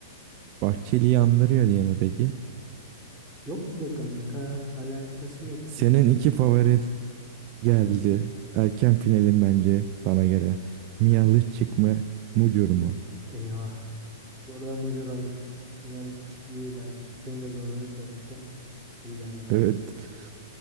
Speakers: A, on the right; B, in the centre.
A: Bahçeli'yi andırıyor diye mi peki?
B: Yok be kanka. Alakası yok
A: Senin
B: diyorum.
A: iki favorin geldi.
B: Evet.
A: Erken finalin bence bana göre. Miyalıçık
B: Evet.
A: mı, Mucur mu?
B: Eyvah. Buradan mucur alır. Nihal çık iyi ilerledi. Seni de zorladı söylerken. İyi geldi buraya.
A: Evet.